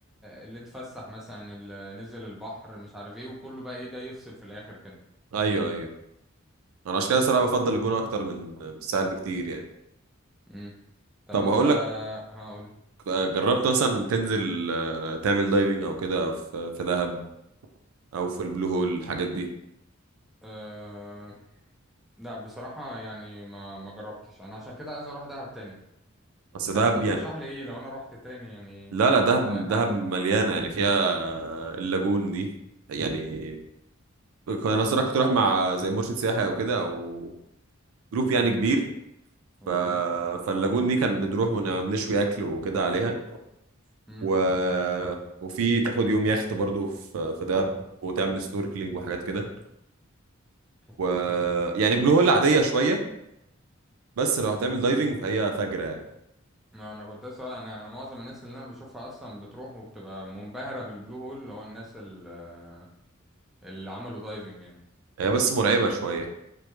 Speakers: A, in the centre; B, on the right.
A: اللي اتفسح مثلا اللي نزل البحر مش عارف ايه وكله بقى ايه جاي يفصل في الاخر كده
B: ايوه ايوه انا عشان كده صراحه بفضل الجونه اكتر من من الساحل بكتير يعني
A: مم. طب
B: طب
A: انت
B: هقول لك
A: هقول
B: آه، جربت مثلا تنزل آه، تعمل دايفنج او كده في في دهب او في البلو هول الحاجات دي
A: أه... لا بصراحة يعني ما ما جربتش انا عشان كده عايز اروح دهب تاني
B: بس دهب
A: طب انت ترشح
B: يعني
A: لي ايه لو انا رحت تاني يعني
B: لا لا دهب
A: رأيك
B: دهب
A: اعمل
B: مليانه
A: ايه
B: يعني فيها آه، اللاجون دي يعني انا صراحه كنت رايح مع زي مرشد سياحي او كده او جروب يعني كبير
A: اوكي
B: ف... فاللاجون دي كان بنروح ونشوي اكل وكده عليها
A: امم
B: و... وفي تاخد يوم يخت برضو في في دهب وتعمل سنوركلينج وحاجات كده
A: اوكي
B: و يعني بلو هول عادية شوية بس لو هتعمل دايفنج فهي فجرة يعني
A: ما انا كنت سواء انا انا معظم الناس اللي انا بشوفها اصلا بتروح وبتبقى منبهرة بالبلو هول اللي هو الناس اللي, اللي عملوا دايفنج يعني
B: هي بس مرعبة شوية يعني،